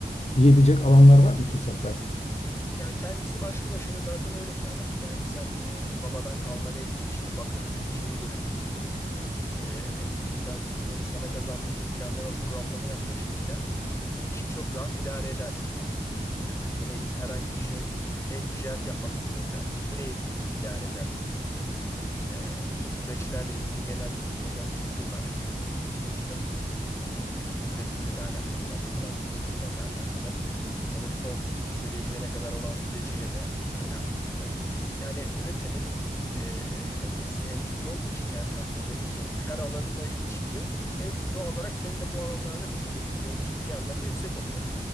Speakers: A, on the left; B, on the left.
A: diyebilecek alanlar var mı fırsatlar?
B: Ya kendisi başlı başına zaten öyle bir alan. Yani sen e, babadan kalma ne bileyim işte bakır şeyi üretiyorsundur. E, endüstri mühendisliğinin sana kazandırdığı planlama programlama yaklaşımıyla bir işi çok rahat idare edersin. ya da ne bileyim herhangi bir şey e-ticaret yapmak istiyorum dersin. Yine i- idare edersin. Çünkü e, bütün süreçlerle ilgili gelen genel bilgim var. Endüstri sonuçta e, üretimle de alakalı, fabrikalardaki üretimle de alakalı. Onun son müşteriye gidene kadar olan süreciyle de alakalı. Yani üretimin e, en, ismi endüstri olduğu için yani tahmin edebileceğin gibi her alanla ilişkili ve doğal olarak senin de bu alanlarda bilgin e, ciddi anlamda yüksek oluyor.